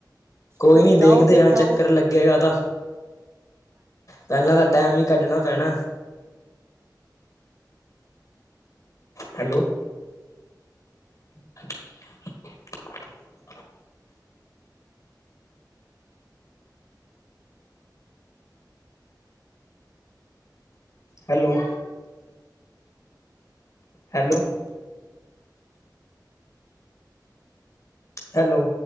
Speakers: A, on the left; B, on the right.
A: ਕੋਈ
B: ਕਦੀ
A: ਨੀ ਦੇਖਦੇ
B: ਜਾਓ ਦੇਖੇ
A: ਆ
B: ਆਓ।
A: ਚੱਕਰ ਲੱਗੇਗਾ ਤਾਂ ਪਹਿਲਾਂ ਤਾਂ ਟੈਮ ਹੀ ਕੱਢਣਾ ਪੈਣਾ। Hello, <inaudible> hello, hello. ਹੈਲੋ।